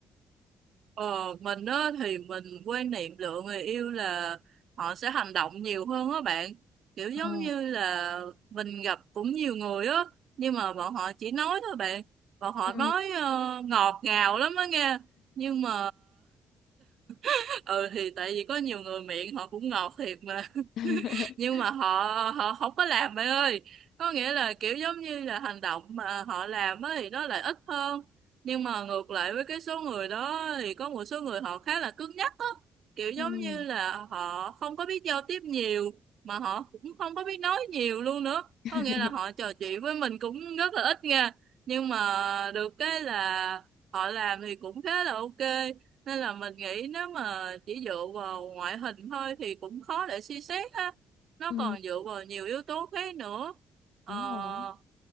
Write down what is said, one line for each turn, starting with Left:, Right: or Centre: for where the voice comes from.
Right: Ờ, mình á thì mình quan niệm lựa người yêu là họ sẽ hành động nhiều hơn á bạn. Kiểu giống
Left: ờ
Right: như là mình gặp cũng nhiều người á, nhưng mà bọn họ chỉ nói thôi bạn. Bọn họ
Left: Ừ.
Right: nói ờ, ngọt ngào lắm á nghe. Nhưng mà <laughs> ừ thì tại vì có nhiều người miệng họ cũng ngọt thiệt mà
Left: <laughs>
Right: nhưng mà họ họ không có làm bạn ơi có nghĩa là kiểu giống như là hành động mà họ làm á thì nó lại ít hơn nhưng mà ngược lại với cái số người đó thì có một số người họ khá là cứng nhắc á kiểu giống
Left: ừ
Right: như là họ không có biết giao tiếp nhiều mà họ cũng không có biết nói nhiều luôn nữa
Left: <laughs>
Right: có nghĩa là họ trò chuyện với mình cũng rất là ít nha nhưng mà được cái là họ làm thì cũng khá là ok nên là mình nghĩ nếu mà chỉ dựa vào ngoại hình thôi thì cũng khó để suy xét ha nó
Left: ừ
Right: còn dựa vào nhiều yếu tố khác nữa ờ,
Left: đúng rồi